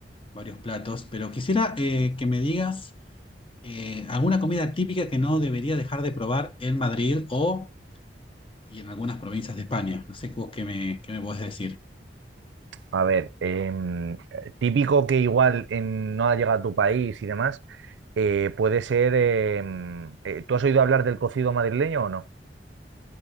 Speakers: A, on the left; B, on the right.
A: varios platos, pero quisiera eh, que me digas eh, alguna comida típica que no debería dejar de probar en Madrid o y en algunas provincias de España. No sé vos qué me, qué me podés decir.
B: A ver, em, eh, típico que igual en- no ha llegado a tu país y demás, eh, puede ser, em, eh, ¿tú has oído hablar del cocido madrileño o no?